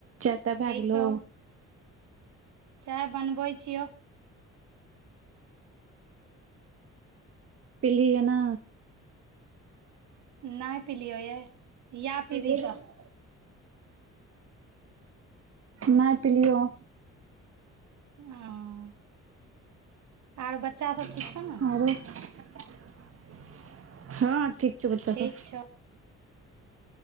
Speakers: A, on the right; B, on the right.
A: चाय ताइ
B: ठीक
A: भए गेलों
B: छौ चाय बनबै छियौ।
A: पिल हि हैन नै
B: नहि पिलियौ यै या पीबही
A: <unintelligible>
B: तऽ
A: <unintelligible> नै पलियओ।
B: <unintelligible>
A: <unintelligible>
B: छौ ने
A: हँ ठीक छै बच्चा
B: ठीक
A: सब।
B: छौ